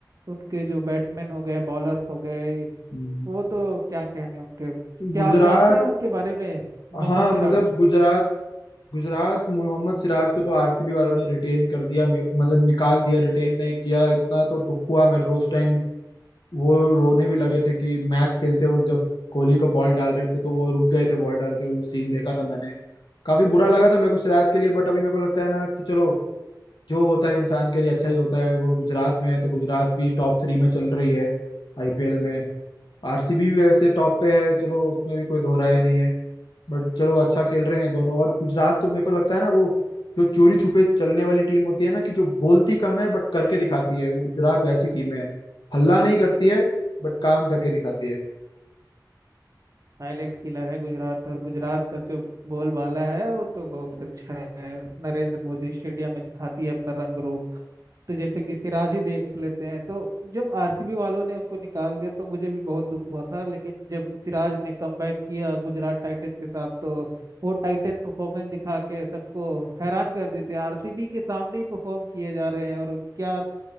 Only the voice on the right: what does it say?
उनके जो बैट्समैन हो गए बॉलर्स हो गए
वो तो क्या कहने उनके क्या
आप जानते हैं उनके बारे में मोहम्मद
सिराज
साइलेंट किलर है गुजरात और गुजरात का जो बोलबाला है वो तो बहुत अच्छा है नरेंद्र मोदी स्टेडियम में दिखाती है अपना रंग रोब तो जैसे कि सिराज ही देख लेते हैं तो जब आरसीबी वालों ने उनको निकाल दिया तो मुझे भी बहुत दुख हुआ था लेकिन जब सिराज ने कमबैक किया गुजरात टाइटंस के साथ तो वो टाइटन परफॉर्मेंस दिखा के सबको हैरान कर देते आरसीबी के सामने ही परफॉर्म किए जा रहे हैं और क्या